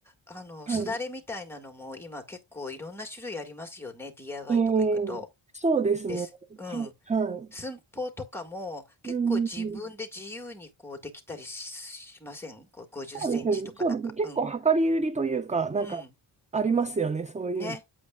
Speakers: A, in the centre; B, on the right.
A: あの、
B: はい。
A: すだれみたいなのも今結構いろんな種類ありますよね。DIY
B: う
A: とか行くと。
B: ん。そうですね。
A: です。うん。
B: はい。は
A: 寸法とかも結構自分で自由にこうできたりしませんこう50センチとかなんか。
B: い。うん。そうですね。そうですね。結構量り売りというか、
A: うん。
B: なんか、
A: うん。
B: ありますよね。そういうの。
A: ね。
B: だ